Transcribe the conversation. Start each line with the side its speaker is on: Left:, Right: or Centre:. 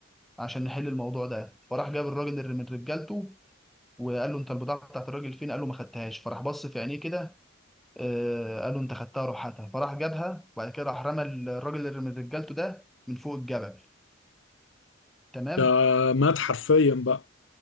Centre: عشان نحل الموضوع ده فراح جاب الراجل اللي من رجالته وقال له انت البضاعه بتاعت الراجل فين قال له ما خدتهاش فراح بص في عينيه كده آه قال له انت خدتها روح هاتها فراح جابها وبعد كده راح رمى الراجل اللي من رجالته ده من فوق الجبل تمام
Left: ده مات حرفيا بقى